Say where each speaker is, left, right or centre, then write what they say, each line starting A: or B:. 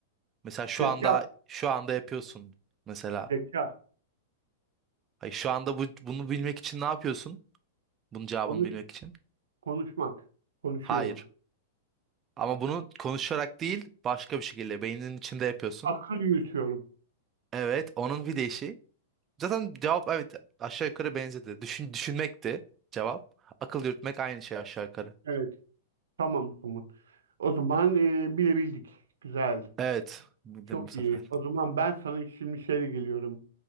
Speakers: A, on the right; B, on the right.
A: Mesela şu
B: Zeka,
A: anda şu anda yapıyorsun mesela.
B: zeka.
A: Hayır, şu anda bu, bunu bilmek için ne yapıyorsun? Bunun cevabını
B: Konuş,
A: bilmek için.
B: konuşmak. Konuşuyorum.
A: Hayır. Ama bunu konuşarak değil, başka bir şekilde beyninin içinde yapıyorsun.
B: Akıl yürütüyorum.
A: Evet, onun bir değişi. Zaten cevap evet aşağı yukarı benzedi. Düşün, düşünmekti cevap. Akıl yürütmek aynı şey aşağı yukarı.
B: Evet. Tamam tamam. O zaman e, bilebildik. Güzel.
A: Evet, bildim
B: Çok
A: bu sefer.
B: iyi. O zaman ben sana şimdi şeyle geliyorum.